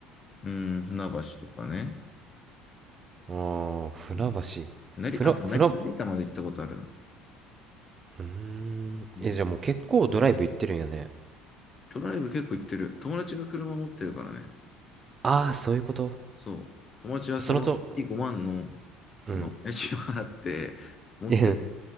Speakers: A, on the left; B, on the right.
A: うん、船橋とかね。
B: うんああ船橋
A: うん。なり、
B: 船船う
A: あと成、成田まで行ったことあるな。
B: ーんえじゃあもう結構ドライブ行ってるんやね
A: うんトライブ結構行ってる。友達が車持ってるからね。
B: ああーそういうこと
A: そう。友達はその5万の、
B: そのと
A: あの、
B: うん
A: 家賃を払って、持ってる
B: え